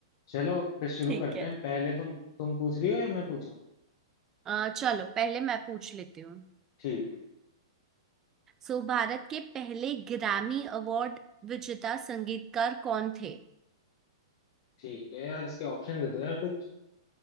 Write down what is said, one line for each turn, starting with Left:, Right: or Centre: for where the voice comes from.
Left: चलो फिर शुरू
Right: ठीक
Left: करते
Right: है
Left: हैं पहले तुम तुम पूछ रही हो या मैं पूछूं
Right: आ, चलो पहले मैं पूछ लेती हूँ
Left: ठीक है
Right: सो भारत के पहले ग्रैमी अवार्ड विजेता संगीतकार कौन थे
Left: ठीक है यार इसके ऑप्शन दे दो यार कुछ